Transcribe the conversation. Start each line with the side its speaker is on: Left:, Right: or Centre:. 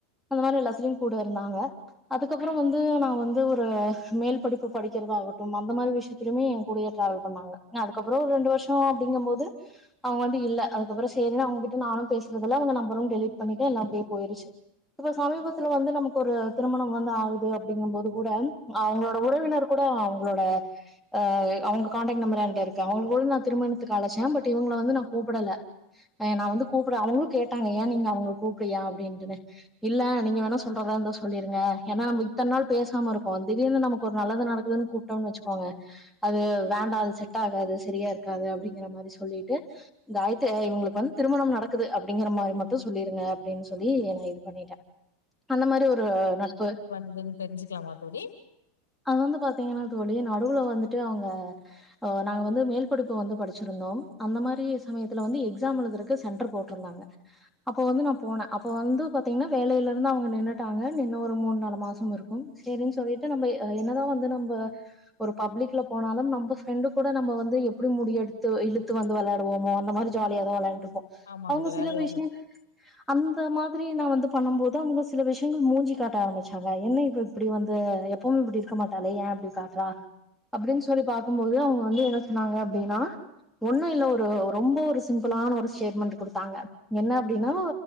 Centre: அந்த மாரி எல்லாத்திலயும் கூட இருந்தாங்க அதுக்கப்புறம் வந்து நா நா வந்து ஒரு மேல் படிப்பு படிக்கிறதாகட்டும் அந்த மாரி விஷயத்துலையுமே என் கூடயே டிராவல் பண்ணாங்க ஆ அதுக்கப்புறோ ஒரு ரெண்டு வருஷோ அப்டிங்கும் போது அவுங்க வந்து இல்ல அதுக்கப்புறோ சேரினு அவுங்ககிட்ட நானும் பேசுறதுல அவுங்க நம்பரும் டெலிட் பண்ணிட்ட எல்லா அப்டியே போயிருச்சு இப்ப சமீபத்துல வந்து நமக்கு ஒரு திருமணம் வந்து ஆகுது அ அப்டிங்கும்போது கூட அவுங்களோட உறவினர் கூட அவுங்களோட ஆ அவுங்க காண்டெக்ட் நம்பர் என்ட்ட இருக்கு அவுங்கள கூட நா திருமணத்துக்கு அழைச்சே பட் இவுங்கள வந்து நா கூப்படல ஆ நா வந்து கூப்ட அவுங்களு கேட்டாங்க ஏன் நீங்க அவுங்கள கூப்டலயா அப்டின்ட்னு இல்ல நீங்க வேண்ணா சொல்றதா இருந்தா சொல்லிருங்க ஏன்னா நம்ப இப் இத்தன் நாள் பேசாம இருக்கோ திடீர்னு நமக்கு ஒரு நல்லது நடக்குதுன்னு கூப்ட்டோம்னு வச்சுக்கோங்க அது வேண்டா அது செட் ஆகாது சரியா இருக்காது அப்டிங்கிற மாதிரி சொல்லிட்டு காயத்து இவுங்களுக்கு வந்து திருமணம் நடக்குது அப்டிங்கிற மாரி மட்டும் சொல்லிருங்க அப்டின்னு சொல்லி நான் இது பண்ணிட்டே அந்த மாரி ஒரு நட்பு
Left: எதுன்னு தெரிஞ்சுக்கலாமா தோழி
Centre: அது வந்து பாத்தீங்கன்னா தோழி நடுவுல வந்துட்டு அவுங்க ஆ நாங்க வந்து மேல் படிப்பு வந்து படிச்சிருந்தோ அந்த மாரி சமயத்துல வந்து எக்சாம் எழுதுறக்கு சென்டர் போட்ருந்தாங்க அப்ப வந்து நான் போனே அப்ப வந்து பாத்தீங்கன்னா வேலையில இருந்து அவுங்க நின்னுட்டாங்க நின்னு ஒரு மூணு நாலு மாச ச்சும் இருக்கும் சேரின்னு சொல்லிட்டு நம்ப ஆ என்னதா வந்து நம்ப ஒரு பப்ளிக்ல போனாலு நம்ம ஃப்ரெண்டு கூட நம்ப வந்து எப்படி முடி எடுத்து இழுத்து வந்து வெளையாடுவோமோ அந்த மாரி ஜாலியாதா வெளையாண்ட்ருப்
Left: ஆமாங்க
Centre: அவுங்க
Left: தோழி
Centre: சில
Left: அது
Centre: விஷயம்
Left: வந்து
Centre: அந்த மாதிரி நா வந்து பண்ணும் போது அவுங்க சில விஷயங்கள் மூஞ்சிய காட்ட ஆரம்பிச்சாங்க அ என்ன இப்ப இப்டி வந்து எப்பவு இப்டி இருக்க மாட்டாளே ஏ இப்டி காட்றா அப்டின்னு சொல்லி பாக்கும்போது அவங்க வந்து என்ன சொன்னாங்க அப்டினா ஒண்ணு இல்ல ஒரு ரொம்ப ஒரு சிம்பிளான ஒரு ஸ்டேட்மென்டு கொடுத்தாங்க என்ன அப்டின்னா